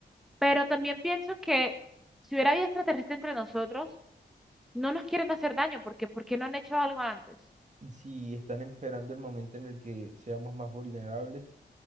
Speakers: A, in the centre; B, on the right.
A: Pero también pienso que si hubiera vida extraterrestre entre nosotros, no nos quieren hacer daño porque ¿por qué no han hecho algo antes?
B: Y si están esperando el momento en el que seamos más vulnerables,